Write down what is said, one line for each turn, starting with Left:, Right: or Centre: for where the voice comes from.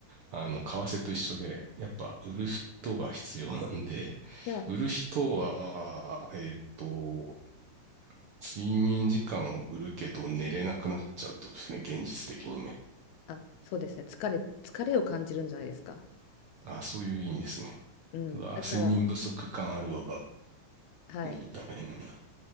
Right: あの、為替と一緒で、やっぱ売る人が必要なんで、
Left: じゃあ、
Right: 売る人は、えっと、睡眠時間を売るけど寝れなくなっちゃうってことですね。現実的にね。
Left: あ、そうですね。疲れ、疲れを感じるんじゃないですか。
Right: あ、そういう意味ですね。
Left: うん。
Right: うわ、
Left: だから、
Right: 睡眠不足感あるわ、
Left: はい。
Right: みたいな。